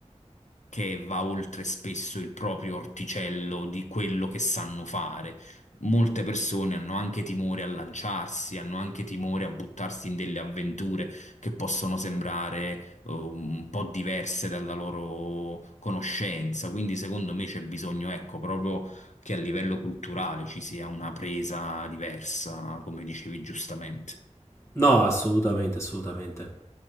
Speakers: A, on the left (about 80°); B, on the left (about 25°).
A: che va oltre spesso il proprio orticello di quello che sanno fare. Molte persone hanno anche timore a lanciarsi, hanno anche timore a buttarsi in delle avventure che possono sembrare eh, un po' diverse dalla loro conoscenza. Quindi, secondo me, c'è bisogno, ecco, proprio che a livello culturale ci sia una presa diversa, come dicevi giustamente.
B: No, assolutamente, assolutamente.